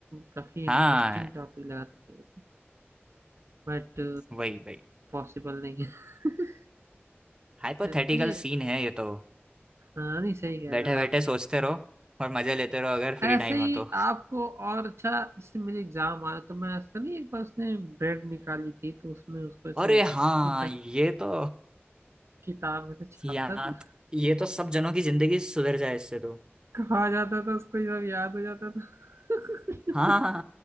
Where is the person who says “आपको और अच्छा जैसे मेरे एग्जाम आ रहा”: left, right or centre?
Right